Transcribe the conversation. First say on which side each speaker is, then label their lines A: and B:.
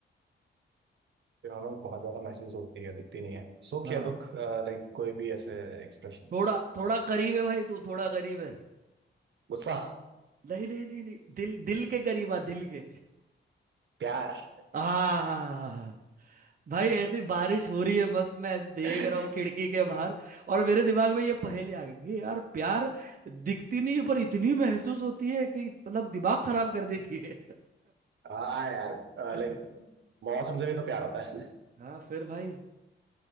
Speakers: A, on the right (about 65°); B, on the right (about 45°).
A: प्यार में बहुत ज्यादा महसूस होती है दिखती नहीं है सुख
B: हाँ
A: या दुख लाइक कोई भी ऐसे एक्सप्रेशंस
B: थोड़ा थोड़ा करीब है भाई तू थोड़ा करीब है
A: गुस्सा
B: नहीं नहीं नहीं नहीं दिल दिल के करीब आ दिल के
A: प्यार
B: आ भाई ऐसी बारिश हो रही है मस्त मैं ऐसे देख
A: <laughs>
B: रहा हूँ खिड़की के बाहर और मेरे दिमाग में ये पहेली आ गई कि यार प्यार दिखती नहीं पर इतनी महसूस होती है कि मतलब दिमाग खराब कर देती है
A: हाँ यार
B: <laughs>
A: लाइक मौसम से भी तो प्यार होता है
B: हाँ फिर भाई